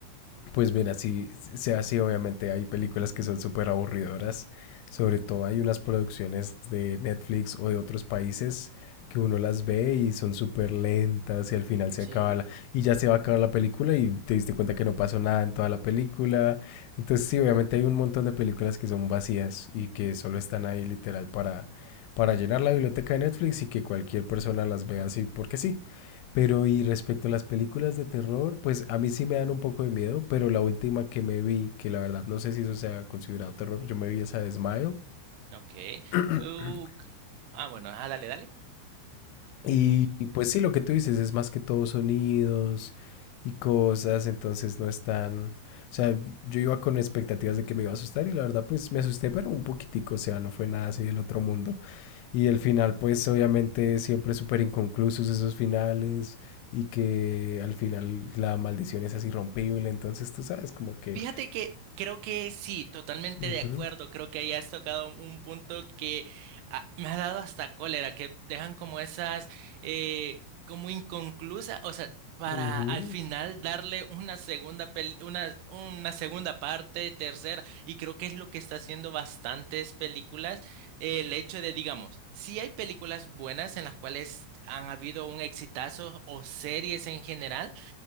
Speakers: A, on the left (about 80°); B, on the right (about 80°).
A: Pues mira, sí, sí, sea así, obviamente hay películas que son súper aburridoras, sobre todo hay unas producciones de Netflix o de otros países que uno las ve y son súper lentas y al final se
B: Sí,
A: acaba la, y ya se va a acabar la película y te diste cuenta que no pasó nada en toda la película. Entonces sí, obviamente hay un montón de películas que son vacías y que solo están ahí literal para, para llenar la biblioteca de Netflix y que cualquier persona las vea así porque sí. Pero y respecto a las películas de terror, pues a mí sí me dan un poco de miedo, pero la última que me vi, que la verdad no sé si eso sea considerado terror, yo me vi esa de Smile.
B: ok.
A: <clears throat>
B: Uh, c- ah, bueno, ah, dale, dale.
A: Y,
B: Mm,
A: y pues sí, lo que tú dices es más que todo sonidos y cosas, entonces no es tan... O sea, yo iba con expectativas de que me iba a asustar y la verdad pues me asusté, pero un poquitico, o sea, no fue nada así del otro mundo. Y el final, pues obviamente siempre súper inconclusos esos finales y que al final la maldición es así rompible, entonces tú sabes como que...
B: Fíjate que creo que sí, totalmente
A: Ujú,
B: de acuerdo. Creo que ahí has tocado un punto que ah, me ha dado hasta cólera, que dejan como esas, eh, como inconclusas, o sea, para
A: ujú.
B: al final darle una segunda pel- una, una segunda parte, tercera, y creo que es lo que está haciendo bastantes películas, eh, el hecho de, digamos, sí hay películas buenas en las cuales han habido un exitazo o series en general